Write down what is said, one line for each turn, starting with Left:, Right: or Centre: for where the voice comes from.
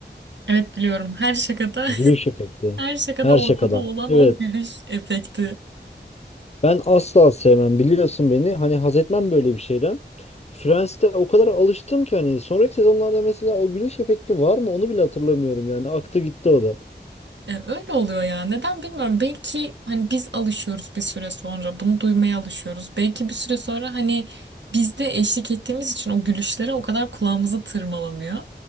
Right: Evet biliyorum her şakada
Left: Gülüş
Right: <laughs>
Left: efekti.
Right: Her şakada
Left: Her
Right: ortada
Left: şakadan.
Right: olan
Left: Evet.
Right: o gülüş efekti.
Left: Ben asla sevmem biliyorsun beni. Hani haz etmem böyle bir şeyden. Friends'te o kadar alıştım ki hani sonraki sezonlarda mesela o gülüş efekti var mı onu bile hatırlamıyorum yani. Aktı gitti o da.
Right: E, öyle oluyor ya. Neden bilmiyorum. Belki hani biz alışıyoruz bir süre sonra. Bunu duymaya alışıyoruz. Belki bir süre sonra hani biz de eşlik ettiğimiz için o gülüşlere o kadar kulağımızı tırmalamıyor.